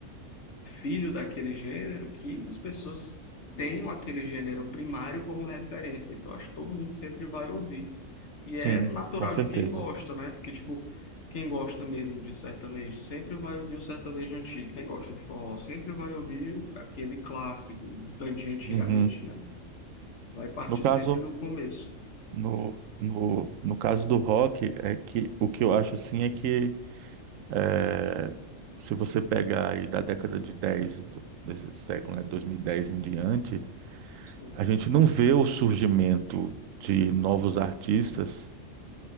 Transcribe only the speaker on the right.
sim,
com certeza.
Uhum.
No caso,
no, no, no caso do rock, é que o que eu acho assim é que é, se você pegar aí da década de 10 do- desse século, né, 2010 em diante,
a gente não vê o surgimento de novos artistas